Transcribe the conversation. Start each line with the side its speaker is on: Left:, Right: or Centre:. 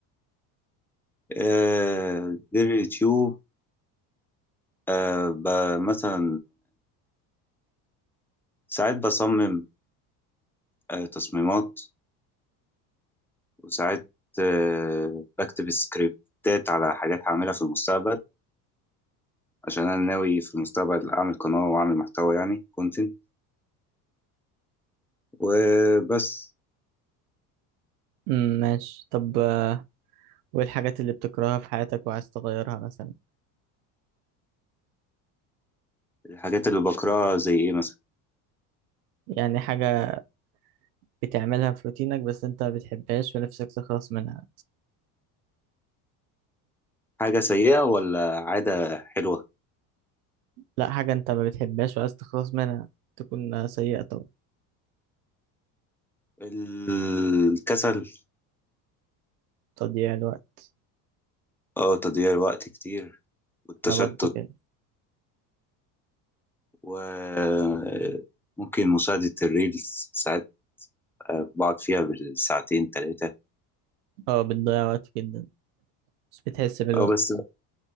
Centre: آه، غير اليوتيوب آه، ب- مثلا ساعات بصمم آه، تصميمات وساعات آه، بكتب سكريبتات على حاجات هعملها في المستقبل عشان انا ناوي في المستقبل اعمل قناة واعمل محتوى يعني كونتنت وبس
Right: امم ماشي طب آه، وايه الحاجات اللي بتكرهها في حياتك وعايز تغيرها مثلا
Centre: الحاجات اللي بقراها زي ايه مثلا
Right: يعني حاجة بتعملها في روتينك بس انت ما بتحبهاش ونفسك تخلص منها
Centre: حاجة سيئة ولا عادة حلوة
Right: لا حاجة انت ما بتحبهاش وعايز تخلص منها تكون سيئة طبعا
Centre: الكسل
Right: تضييع الوقت
Centre: اه تضييع الوقت كتير والتشتت
Right: انا برضو كده
Centre: وممكن مشاهدة الريلز ساعات آه، بقعد فيها بالساعتين تلاتة
Right: اه بتضيع وقت جدا بس بتحس بالوقت
Centre: اه بس